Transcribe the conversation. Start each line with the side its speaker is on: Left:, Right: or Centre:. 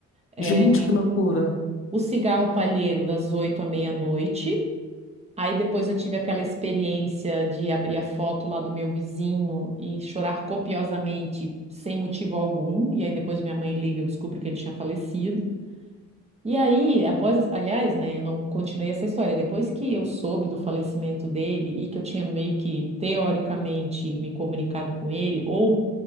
Right: Eh,
Left: gente, que loucura.
Right: o cigarro palheiro das oito à meia-noite. Aí depois eu tive aquela experiência de abrir a foto lá do meu vizinho e chorar copiosamente, sem motivo algum. E aí depois minha mãe liga, eu descubro que ele tinha falecido. E aí, após, essa- aliás, né, eu não continuei essa história. Depois que eu soube do falecimento dele e que eu tinha meio que teoricamente me comunicado com ele ou